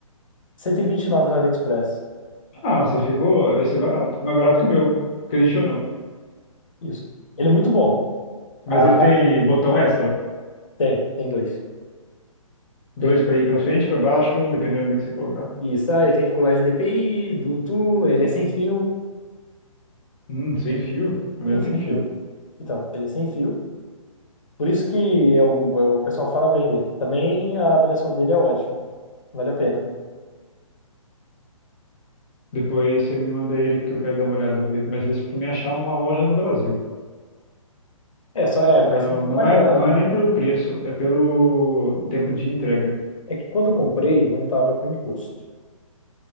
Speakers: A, on the left; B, on the left.
A: cento e e vinte e nove no AliExpress.
B: Ah, você pegou esse é barato, mais barato que o meu, acredite ou não.
A: Isso. Ele é muito bom.
B: Mas
A: Ah,
B: ele tem botão extra,
A: tem, tem dois.
B: dois
A: Tem
B: para ir para frente, para baixo, dependendo do que você colocar.
A: isso, aí tem regulagem de DPI, Bluetooth, ele é sem fio.
B: Hum, sem fio? O
A: Ele
B: meu
A: é
B: tem
A: sem
B: fio.
A: fio. Então, ele é sem fio. Por isso que é um- é o pessoal fala bem dele. Também a avaliação dele é ótima. Vale a pena.
B: Depois você me manda ele que eu quero dar uma olhada, ver- mas vê se me achar numa loja no Brasil.
A: É, só, é,
B: Eu
A: vai
B: não,
A: ser um pouco
B: não
A: mais
B: é,
A: caro,
B: não é
A: né?
B: nem pelo preço, é pelo tempo de entrega.
A: É que quando eu comprei, não tava com imposto.